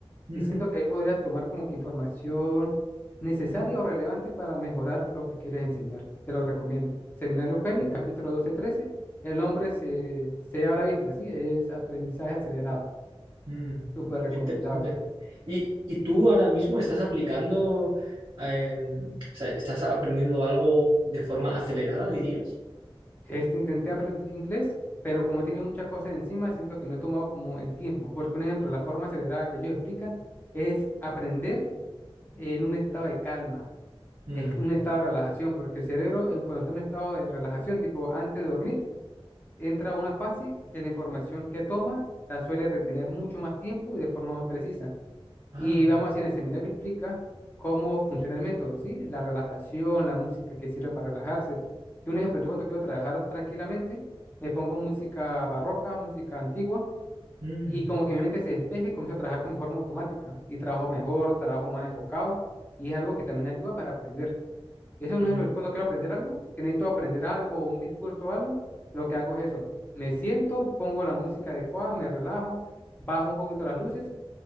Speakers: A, on the right; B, on the left.
A: ujú,
B: Y siento que ahí podrías tomar como que información necesaria
A: mm,
B: o relevante para mejorar lo que quieres enseñar. Te lo recomiendo. Seminario Fénix,
A: Qué bueno,
B: capítulo 12 trece El hombre se, se abre la vista, ¿sí? Es aprendizaje acelerado.
A: mm.
B: Súper recomendable.
A: qué interesante. ¿Y, y tú ahora mismo estás aplicando, eh, o sea, estás aprendiendo algo de forma acelerada, dirías?
B: Este intenté aprender inglés, pero como he tenido muchas cosas encima, siento que no he tomado como el tiempo. Porque un ejemplo, la forma acelerada que ellos explican es aprender en un estado de calma.
A: Mm,
B: Es un estado de relajación, porque el cerebro, eh, cuando está en un estado de relajación, tipo antes de dormir, entra a una fase que la información que toma la suele retener mucho más tiempo y de forma más precisa.
A: ah,
B: Y vamos a decir, en el seminario explica cómo funciona el método, ¿sí? La relajación, la música que sirve para relajarse. Yo, un ejemplo, yo cuando quiero trabajar tranquilamente, me pongo música barroca, música antigua,
A: mm,
B: y como que mi mente se despeje y comienzo a trabajar como forma automática. Y trabajo mejor, trabajo más enfocado, y es algo que también ayuda para aprender. Eso es no
A: mm.
B: es cuando quiero aprender algo, que necesito aprender algo o un discurso o algo, lo que hago es eso. Me siento, pongo la música adecuada, me relajo, bajo un poquito las luces